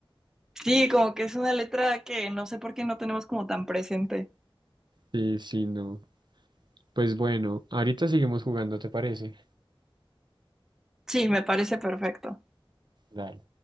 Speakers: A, in the centre; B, on the right (about 50°).
A: Sí, como que es una letra que no sé por qué no tenemos como tan presente.
B: Sí, sí, no. Pues bueno, ahorita seguimos jugando, ¿te parece?
A: Sí, me parece perfecto.
B: Dale.